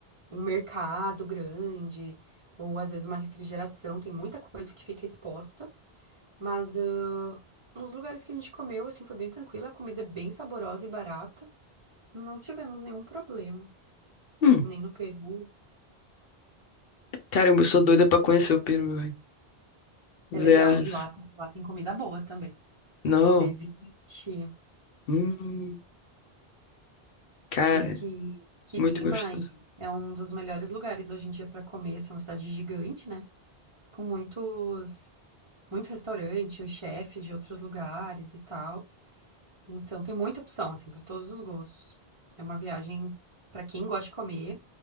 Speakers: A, on the right; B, on the left.
A: um mercado grande, ou às vezes uma refrigeração, tem muita coisa que fica exposta, mas ah, nos lugares que a gente comeu, assim, foi bem tranquilo, a comida é bem saborosa e barata, não tivemos nenhum problema,
B: Hum,
A: nem no Peru,
B: caramba, eu sou
A: achei
B: doida
A: bem
B: pra
A: tranquilo.
B: conhecer o Peru,
A: É
B: Vs.
A: legal. E lá, tem- lá tem comida boa também.
B: Não.
A: Ceviche.
B: Hum, cara,
A: Diz que, que
B: muito
A: Lima
B: gostoso.
A: e- é um dos melhores lugares hoje em dia para comer. Assim, é uma cidade gigante, né? Com muitos, muito restaurante, os chefes de outros lugares e tal. Então tem muita opção, assim, para todos os gostos. É uma viagem para quem gosta de comer,